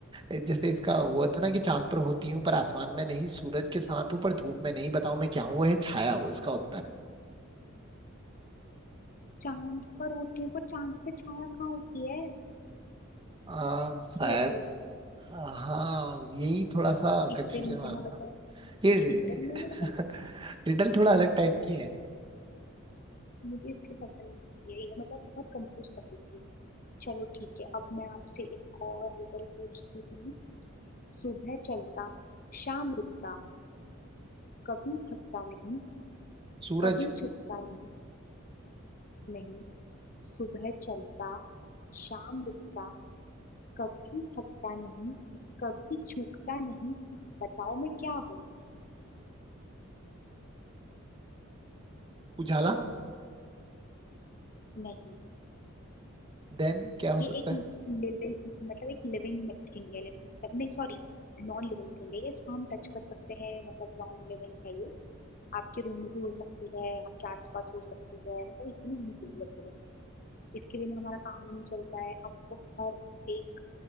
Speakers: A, on the right (about 20°); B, on the left (about 40°).
A: हैं जैसे इसका वो था ना कि चांद पर होती हूँ पर आसमान में नहीं सूरज के साथ हूँ पर धूप में नहीं बताओ मैं क्या हूँ वो है छाया वो इसका उत्तर
B: चांद पर होती हूँ पर चांद पे छाया कहाँ होती है
A: आ,
B: क्यों
A: शायद
B: होती है
A: आ, हाँ यही थोड़ा सा
B: इसलिए
A: कंफ्यूजन
B: मुझे
A: वाला
B: ना
A: था
B: पता
A: ये
B: रिडल
A: <laughs>
B: में ना मतलब
A: रिडल थोड़ा अलग टाइप की है
B: मुझे इसलिए पसंद नहीं है ये मतलब बहुत कंफ्यूज कर देती है। चलो ठीक है अब मैं आपसे एक और रिडल पूछती हूँ सुबह चलता शाम रुकता कभी थकता नहीं
A: सूरज
B: कभी चुकता नहीं नहीं सुबह चलता शाम रुकता कभी थकता नहीं कभी चूकता नहीं बताओ मैं क्या हूँ
A: उजाला
B: नहीं
A: देन क्या हो
B: ये
A: सकता
B: एक
A: है
B: लिविंग मतलब एक लिविंग थिंग है like मतलब नहीं सॉरी नॉन लिविंग थिंग है ये इसको हम टच कर सकते हैं मतलब नॉन लिविंग है ये आपके रूम में भी हो सकती है आपके आसपास हो सकती है मतलब इतनी ही डेवलपमेंट है इसके बिना हमारा काम नहीं चलता है हमको हर एक